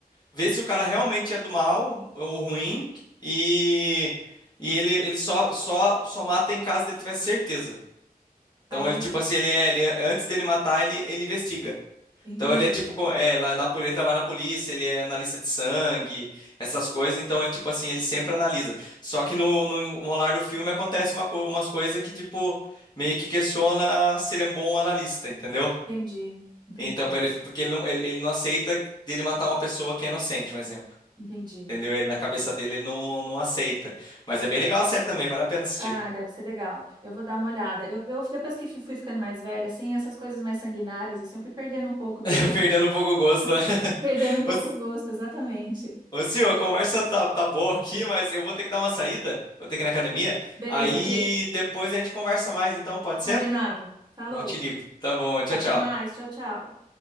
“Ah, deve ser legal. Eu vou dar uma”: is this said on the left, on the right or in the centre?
Right